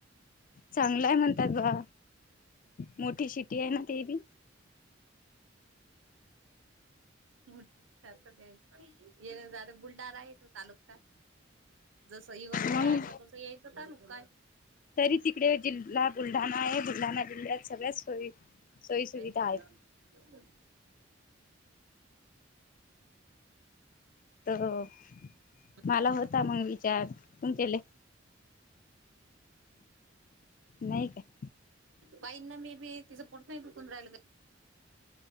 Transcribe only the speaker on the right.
<unintelligible> हम् <inaudible> <inaudible> <inaudible> जस इवर खेळा
आपलं तसं यायचं चालू काय?
<inaudible>
<inaudible>
बाईंना मे बी तिचं पोट नाही दुकून राहिलं. का